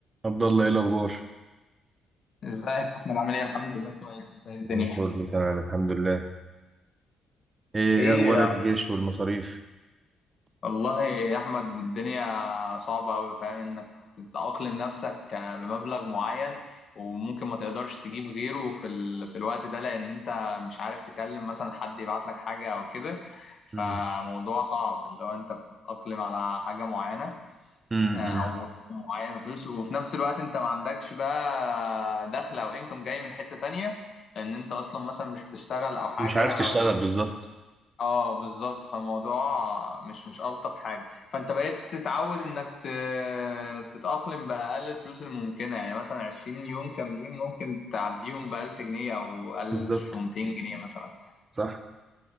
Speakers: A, on the right (about 25°); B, on the left (about 50°).
A: عبد الله ايه الاخبار
B: ازيك يا احمد عامل ايه الحمد لله كويس انت ايه الدنيا
A: أنا كله تمام الحمد لله إيه
B: ايه
A: أخبار
B: يا
A: الجيش والمصاريف
B: والله يا احمد الدنيا صعبه قوي فاهم انك تتأقلم نفسك بمبلغ معين وممكن ما تقدرش تجيب غيره في ال... في الوقت ده لان انت مش عارف تكلم مثلا حد يبعت لك حاجه او كده فموضوع
A: امم
B: صعب اللي هو انت بتتأقلم على حاجه معينه
A: امم
B: آه، او رقم معين من فلوس وفي نفس الوقت انت ما عندكش بقى دخل او انكم جاي من حته تانية لان انت اصلا مثلا مش بتشتغل او حاجه
A: مش عارف تشتغل
B: او
A: بالظبط
B: اه بالظبط فالموضوع مش مش الطف حاجه فانت بقيت تتعود انك ت... تتاقلم باقل الفلوس الممكنه يعني مثلا 20 يوم كاملين ممكن تعديهم ب 1000 جنيه او 1200
A: بالظبط
B: جنيه مثلا
A: صح